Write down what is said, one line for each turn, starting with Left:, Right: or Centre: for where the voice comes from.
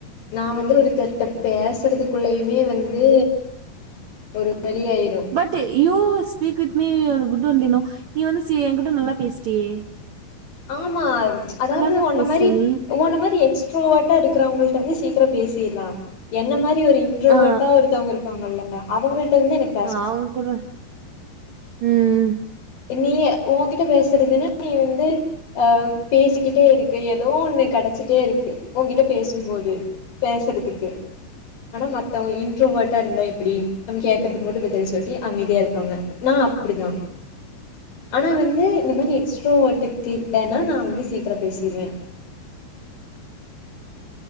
Left: நா வந்து ஒருத்தர்ட்ட பேசுறதுக்குள்ளயுமே வந்து ஒரு வழியாயிரு
Right: ட்டு யூ ஸ்பீக் வித் மீ ஒரு ஃகுட் ஒன்லி யு நோ நீ வந்து சி எங்கிட்ட நல்லா பேசிட்டியே
Left: ஆமா அதாவது
Right: நல்லாதா
Left: ஒன்ன
Right: பேசுற
Left: மாரி
Right: நீ
Left: ஒன்ன மாரி எக்ஸ்ட்ரோவட்டா இருக்கிறவங்கள்ட வந்து சீக்கிரம் பேசிர்லா என்ன மாரி ஒரு இன் ட்ரோவட்டா
Right: ஆ
Left: ஒருத்தவங்க இருப்பாங்கல்ல அவங்கள்ட வந்து எனக்
Right: ஆ அவங்க கூட, ம்
Left: நீ உங்கிட்ட பேசுறதுன்னா நீ வந்து அ பேசிக்கிட்டே இருக்கு ஏதோ ஒண்ணு கெடச்சிட்டே இருக்கு ஒங்கிட்ட பேசும்போது பேசறதுக்கு ஆனா மத்தவங்க இன்ட்ரோவர்ட்டா இருந்தா எப்டி நம்ம கேட்கறதுக்கு மட்டு பதில் சொல்லிட்டு அமைதியா இருப்பாங்க நா அப்டிதா ஆனா வந்து இந்த மாரி எக்ஸ்ட்ரோவார்ட்டுகிட்டனா நா வந்து சீக்கிர பேசிருவே